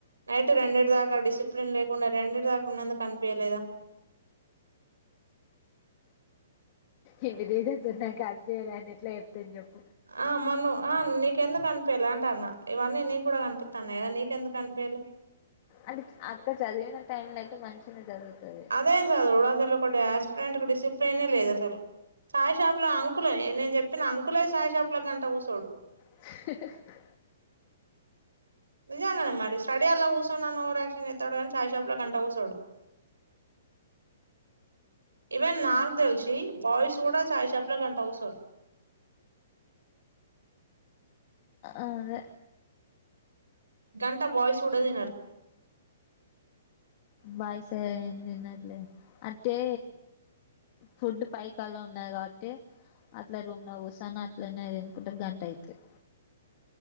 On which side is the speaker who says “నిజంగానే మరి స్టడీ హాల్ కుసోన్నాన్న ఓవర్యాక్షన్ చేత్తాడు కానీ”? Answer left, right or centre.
Right